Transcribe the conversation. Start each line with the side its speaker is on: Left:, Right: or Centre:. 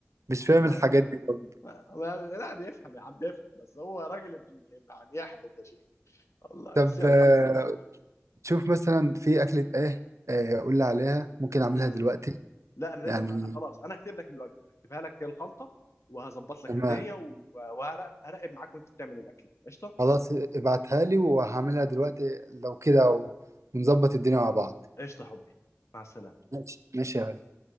Right: مش فاهم
Left: انا
Right: الحاجات دي برضه
Left: ما- ما- لا بيفهم يا عم بيفهم بس هو راجل ابن ابن عن يحرج يا شيخ والله
Right: طب
Left: بس يلا
Right: آه،
Left: الحمد لله
Right: تشوف مثلا في أكلة إيه آه، قول لي عليها ممكن أعملها
Left: امم
Right: دلوقتي
Left: لا انا لازم
Right: يعني
Left: انا خلاص انا هكتب لك الوجبه هكتبها لك الخلطه وهظبط لك
Right: تمام
Left: الدنيا و- وهراقب أراقب معاك وانت بتعمل الاكله قشطه
Right: خلاص ابعتها لي وهعملها دلوقتي لو كده و- ونظبط الدنيا مع بعض
Left: قشطه يا حبي مع السلامه
Right: ماشي ماشي يا غالي.